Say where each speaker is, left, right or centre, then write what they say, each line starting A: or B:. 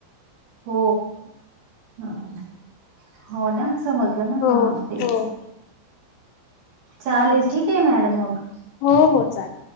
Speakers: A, on the right; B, on the left.
A: हो हो ना. समजलं ना
B: हो
A: हा तेच.
B: हो
A: चालेल
B: हो
A: ठीक आहे मॅडम मग
B: हो हो चालेल.